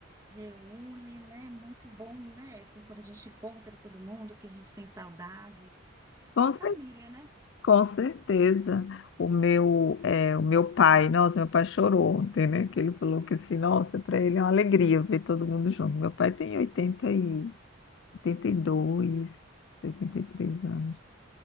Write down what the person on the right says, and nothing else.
reúne, né? Muito bom, né? Assim, quando a gente encontra todo mundo, que a gente tem saudade.
E família, né?